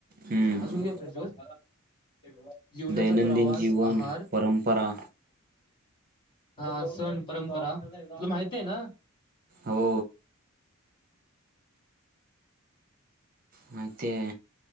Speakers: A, on the right; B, on the left.
A: हम्म
B: अजून <unintelligible> जीवनाचा
A: दैनंदिन
B: प्रवास
A: जीवन
B: आहार.
A: परंपरा
B: हा सण परंपरा, तुला माहिती आहे ना?
A: हो. माहितीये.